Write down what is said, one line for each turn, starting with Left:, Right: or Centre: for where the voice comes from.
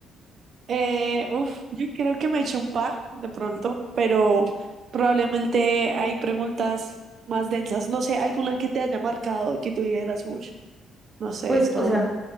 Right: Eh, uf, yo creo que me eché un par de pronto, pero probablemente hay preguntas más densas. No sé, alguna que te haya marcado y que tú dijeras, uy, no sé,
Centre: Pues,
Right: esto,
Centre: o sea,